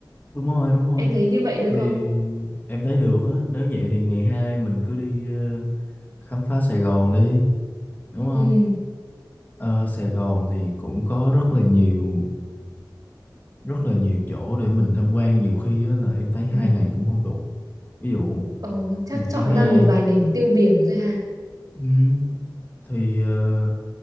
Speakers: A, on the left (about 25°); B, on the right (about 55°).
A: đúng rồi đúng rồi
B: Em thấy như vậy được
A: thì
B: không?
A: em thấy được á nếu vậy thì ngày hai mình cứ đi ờ, khám phá Sài Gòn đi đúng không
B: Ừ.
A: Ờ, Sài Gòn thì cũng có rất là nhiều rất là nhiều chỗ để mình tham quan nhiều khi á là em thấy hai
B: ừ.
A: ngày cũng không đủ ví dụ
B: Ồ, chắc
A: ngày
B: chọn
A: thứ hai
B: ra một vài điểm tiêu biểu thôi ha.
A: ừ, thì ờ,